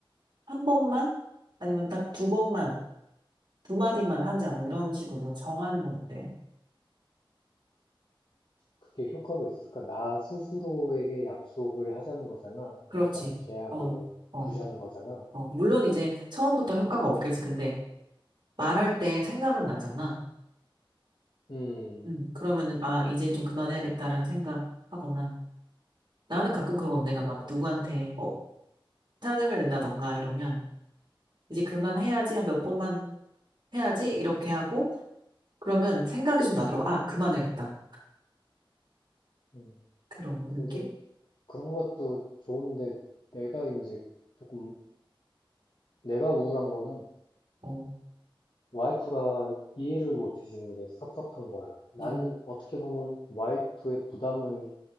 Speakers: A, on the right; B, on the left.
A: 한 번만 아니면 딱 두 번만 두 마디만 하자 뭐 이런 식으로 정하는 건 어때?
B: 그게 효과가 있을까? 나 스스로에게 약속을 하자는 거잖아.
A: 그렇지.
B: 약간의 제약을
A: 어, 어,
B: 두자는 거잖아.
A: 어. 물론 이제 처음부터 효과가 없겠지. 근데 말할 때 생각은 나잖아.
B: 음,
A: 음, 그러면은, 아, 이제 좀
B: 근데,
A: 그만해야겠다라는 생각하거나. 나는 가끔 그러고 내가 막 누구한테, 어, 짜증을 낸다던가 이러면, 이제 그만해야지, 한 몇 번만 해야지, 이렇게 하고, 그러면 생각이 좀 나더라고. 아, 그만해야겠다.
B: 음,
A: 그런
B: 근데
A: 느낌?
B: 그런 것도 좋은데 내가 이제 조금 내가 우울한 거는
A: 어,
B: 와이프가 이해를 못 해주는 게 섭섭한 거야. 나는
A: 음,
B: 어떻게 보면 와이프의 부담을